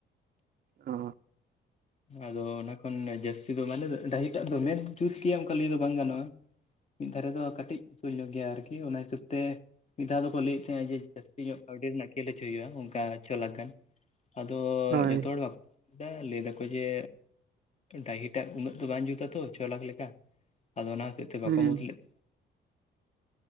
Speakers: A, on the right (about 50°); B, on the left (about 35°).
A: ᱚ
B: ᱟᱫᱚ ᱚᱱᱟ ᱠᱷᱚᱱ ᱡᱟᱹᱥᱛᱤ ᱫᱚ ᱢᱟᱱᱮ ᱰᱟᱹᱦᱤᱴᱟᱜ ᱫᱚ ᱢᱮᱱ ᱡᱩᱛ ᱜᱮ ᱚᱱᱠᱟ ᱞᱟᱹᱭ ᱫᱚ ᱵᱟᱝ ᱜᱟᱱᱚᱜᱼᱟ᱾ ᱢᱤᱫ ᱫᱷᱟᱨᱮ ᱫᱚ ᱠᱟᱹᱴᱤᱡ ᱥᱩᱨ ᱧᱚᱜ ᱜᱮᱭᱟ ᱟᱨᱠᱤ ᱚᱱᱟ ᱦᱤᱥᱟᱹᱵ ᱛᱮ। ᱢᱤᱫ ᱫᱷᱟᱣ ᱫᱚᱠᱚ ᱞᱟᱹᱭᱮᱫ ᱛᱟᱦᱮᱸᱱᱟ ᱡᱮ ᱡᱟᱹᱥᱛᱤ ᱧᱚᱜ ᱠᱟᱹᱣᱰᱤ ᱨᱮᱱᱟᱜ ᱠᱷᱮᱞ ᱦᱚᱪᱚ ᱦᱩᱭᱩᱜᱼᱟ, ᱚᱱᱠᱟ ᱪᱷᱚ ᱞᱟᱠᱷ ᱜᱟᱱ। ᱟᱫᱚ
A: ᱦᱳᱭ
B: ᱡᱚᱛᱚ ᱦᱚᱲ ᱵᱟ <unintelligible> ᱞᱟᱹᱭ ᱫᱟᱠᱚ᱾ ᱚᱫᱚ ᱡᱮ ᱰᱟᱹᱦᱤ ᱴᱟᱜ ᱩᱱᱟᱹᱜ ᱫᱚ ᱵᱟᱝ ᱡᱩᱛᱟ ᱛᱚ ᱪᱦᱚᱭ ᱞᱟᱠᱷ ᱞᱮᱠᱟ। ᱟᱫᱚ ᱚᱱᱟ ᱦᱚᱛᱮ ᱛᱮ ᱵᱟᱝᱠᱚ
A: ᱦᱩᱸ
B: ᱢᱚᱛ ᱞᱮᱫ